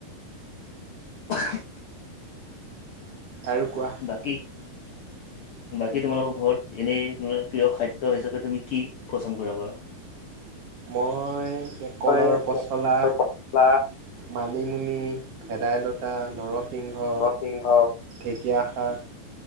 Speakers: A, on the left (about 75°); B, on the right (about 45°).
A: <inaudible>
B: আৰু কোৱা?
A: বাকী
B: <inaudible>
A: বাকী তোমালোকৰ ঘৰত এনেই প্ৰিয় খাদ্য হিচাপে তুমি কি পচন্দ কৰা বাৰু?
B: মই কলৰ
A: মই
B: পচলা
A: পচলা
B: মানিমুনি, ভেদাইলতা, নৰস সিংহ,
A: নৰসিংহ
B: ঢেকীয়া শাক